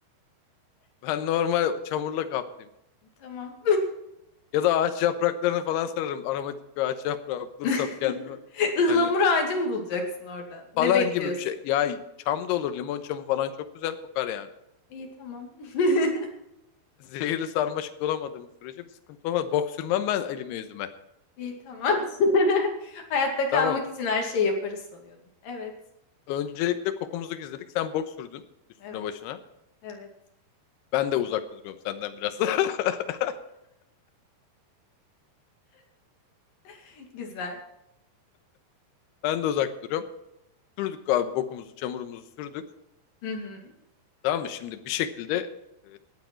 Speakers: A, on the left (about 75°); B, on the left (about 55°).
A: <laughs> ben normal çamurla kaplayayım.
B: Tamam.
A: Ya da ağaç yapraklarını falan sararım. Aromatik bir ağaç yaprağı bulursam
B: <laughs>
A: kendime.
B: Ihlamur
A: Hani
B: ağacı mı bulacaksın orada?
A: falan
B: Ne bekliyorsun?
A: gibi bir şey. Ya çam da olur. Limon çamı falan çok güzel kokar yani.
B: İyi tamam. <laughs>
A: Zehirli sarmaşık dolamadığım sürece bir sıkıntı olmaz. Bok sürmem ben elime yüzüme.
B: İyi tamam. <laughs> Hayatta kalmak
A: Tamam.
B: için her şeyi yaparız sanıyordum. Evet.
A: Öncelikle kokumuzu gizledik. Sen bok sürdün üstüne
B: Evet.
A: başına.
B: Evet.
A: Ben de uzak duruyorum senden biraz. <laughs>
B: <laughs> Güzel.
A: Ben de uzak duruyorum. Sürdük abi bokumuzu, çamurumuzu sürdük.
B: Hı hı.
A: Tamam mı? Şimdi bir şekilde e,